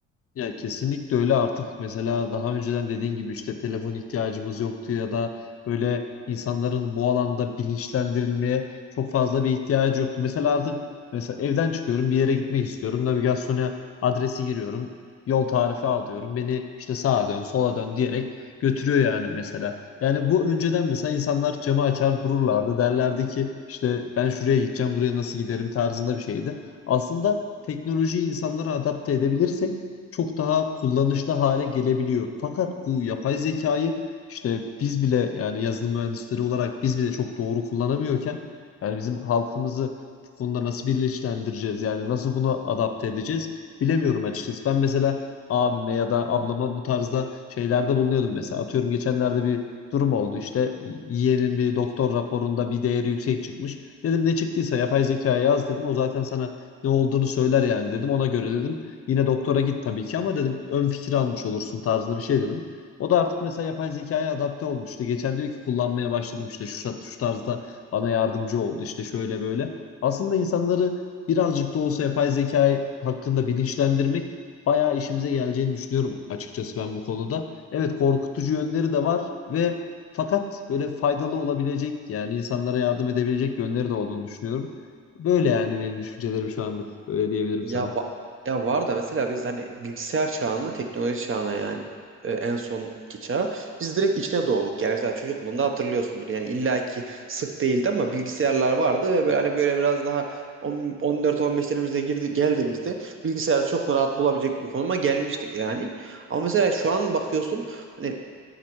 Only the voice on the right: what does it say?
Ya
va- ya var da mesela biz hani bilgisayar çağına, teknoloji çağına yani e, en sonki çağa biz direkt içine doğduk. Yani mesela çocukluğunda hatırlıyorsundur. Yani illaki sık değildi ama bilgisayarlar vardı ve böyle hani böyle biraz daha 14-15'lerimizde girdi geldiğimizde bilgisayarı çok rahat bulabilecek bir konuma gelmiştik yani. Ama mesela şu an bakıyorsun hani